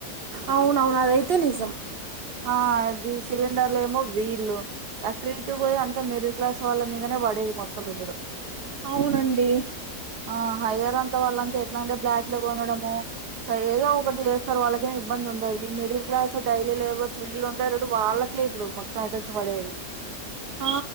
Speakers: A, on the right; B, on the right.
A: అవున అవును అదైతే నిజం
B: ఆ అది సిలిండర్లు ఏమో వీల్లు అటు ఇటు పోయి అంత మిడిల్ క్లాస్ వాళ్ళ మీదనే పడేది మొత్తం ఇప్పుడు
A: అవునండి
B: ఆ హయ్యర్ అంతా వాళ్ళంతా ఎట్లా అంటే బ్లాక్ లో కొనడము స ఏదో ఒకటి చేస్తారు వాళ్ళకే ఇబ్బంది ఉండదు ఈ మడిల్ కలాస్ డైలీ లేబర్ల్స్ వల్ు ఉంటారు వాళ్ళకే ఇప్పుడు మొత్తం ఎఫెక్ట్ పడేది
A: ఆ